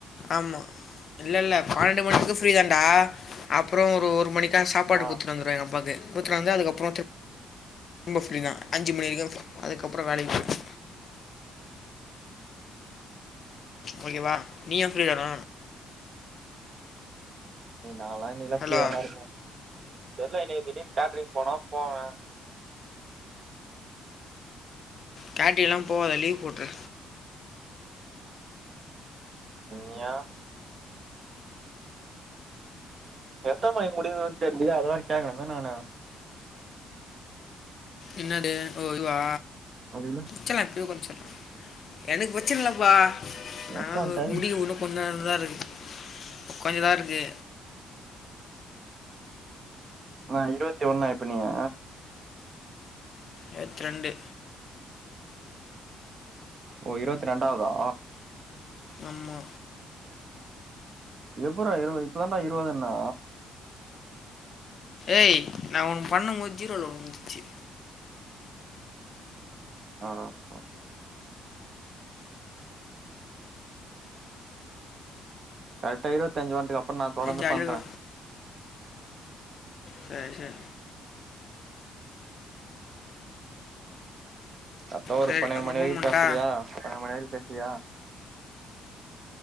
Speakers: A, on the left; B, on the right.
A: ஆமா இல்ல இல்ல பன்னெண்டு மணி வரைக்கு ஃப்ரீ தான்டா அப்புறோ ஒரு ஒரு மணிக் க சாப்பாடு
B: ஆ
A: குத்துடுந்து வந்துருவ எ அப்பாக்கு குத்துடு வந்து அதுக்கப்புறோ தி ம்ப ஃப்ரீ தா அஞ்சு மணி வரைக்கு அதுக்கப்புறோ வேலைக்கு போ ஓகேவா நீயு ஃப்ரீ தானா
B: டேய் நா எல்லா இனியெல்லா
A: ஹலோ
B: ஃப்ரீயா தாண்டா இருப்ப தெர்ல இனி திடீருன்னு கேட்ரிங் போனாலு போவே
A: கேட்ரிங்கெல்லா போவாதா லீவ் போட்ரு
B: ம் ஏ எந்த மாரி முடியுன்னு தெரியலையா அதுமாரி கேக்கனுமே நானு
A: என்னது ஓ இது வா
B: அதில்ல
A: செல்லாக்கு கோஞ்சோ சொல்லலா எனக்கு பிரச்சன்லப்பா நா
B: எப்ப டைம்
A: முடிய உன கொஞ்ச நல்லதா இருக்கு கொஞ்ச தா இருக்கு
B: ஆ இருபத்தி ஒண்ணா இப்ப நீயி
A: இருவத் ரெண்டு
B: ஓ இருபத்தி ரெண்டாவதா
A: ஆமா
B: எப்றா இரு இப்பதாண்டா இருவதுன்னா
A: ஏய் நா ஒன்னு பண்ணு போது ஹீரோ ல ஒன்னு இருந்திச்சி
B: அப்றோ கரக்ட இருவத்தஞ்சு வண்ட்டிருக்கு அப்றோ நா தொடந்து
A: ஜாலியாக
B: பண்றே
A: சரி சரி
B: அத்தா ஒரு
A: சரி
B: பன்னிரண்டு
A: அப்புறம்
B: மணிரைக்கு
A: ஃபோன் பண்ணிட்டா
B: பேசுறியா பன்னிரண்டு மணி வரைக்கு பேசுறியா